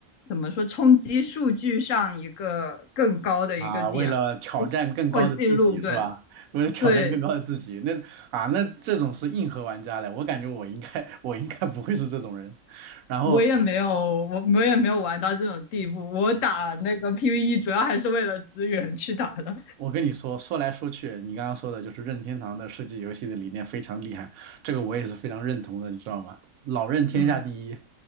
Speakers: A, on the left; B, on the right.
A: 怎么说冲击数据上一个更高的一个点，
B: 啊，为了挑战更高的自己是吧？
A: 就是破纪录。对
B: 为了挑战更高的自己，
A: 对，
B: 那啊那这种是硬核玩家嘞，我感觉我应该 <laughs> 我应该不会是这种人。然后
A: 我也没有我我也没有玩到这种地步，我打那个 PVE 主要还是为了资源去打的。
B: 我跟你说，说来说去，你刚刚说的就是任天堂的设计游戏的理念非常厉害，这个我也是非常认同的，你知道吗？老任天下第一。
A: 嗯，